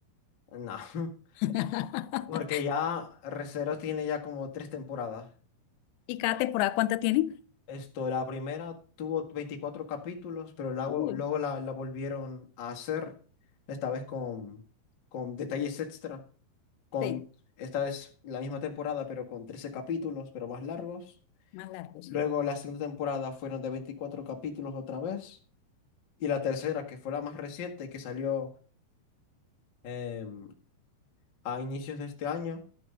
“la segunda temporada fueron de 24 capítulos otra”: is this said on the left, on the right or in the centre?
Left